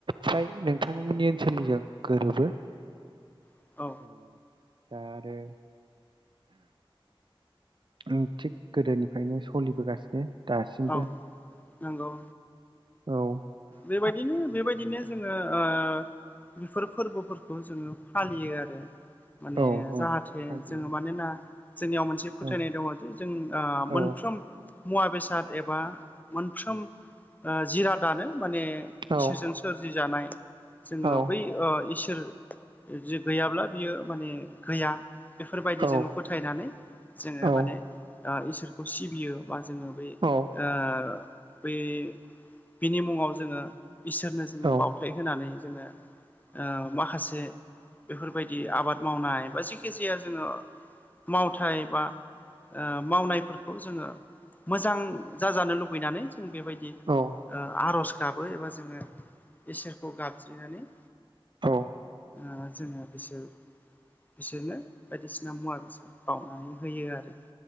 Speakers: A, on the right; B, on the left.
A: फ्राय नोंथांमोननि ओनसोलनिजों गोरोबो।
B: औ औ
A: ओ दा आरो ओ थिग गोदोनिफ्रायनो सलिबोगासिनो दासिमबो।
B: औ नंगौ
A: औ
B: बेबायदिनो बेबायदिनो जोंङो ओ बेफोर फोरबोफोरखौ जोङो फालियो आरो। माने
A: औ औ
B: जाहाथे
A: फालियो
B: जोङो मानोना जोंनियाव मोनसे फोथायनाय
A: औ
B: दङ जे जों ओ
A: औ
B: मोनफ्रोम मुवा बेसाद एबा मोनफ्रोम ओ जिरादानो माने
A: औ
B: इसोरजों सोरजि जानाय। जोङो
A: औ
B: बै ओ इसोर जे गैयाब्ला बियो माने गैया बेफोरबायदि
A: औ
B: जोङो फोथायनानै जोङो
A: औ
B: माने आ इसोरखौ सिबियो बा जोङो बे
A: औ
B: आ बे बिनि मुङाव जोङो इसोरनो जोङो
A: औ
B: बावथाय होनानै जोङो ओ माखासे बेफोरबायदि आबाद मावनाय बा जेखि जाया जोङो मावथाय बा ओ मावनायफोरखौ जोङो मोजां जाजानो लुबैनानै जों बेबायदि
A: औ
B: ओ आर'ज गाबो एबा जोङो इसोरखौ गाबज्रिनानै
A: औ
B: ओ जोङो बेसोर बिसोरनो बायदिसिना मुवा बेसाद बाउनानै होयो आरो।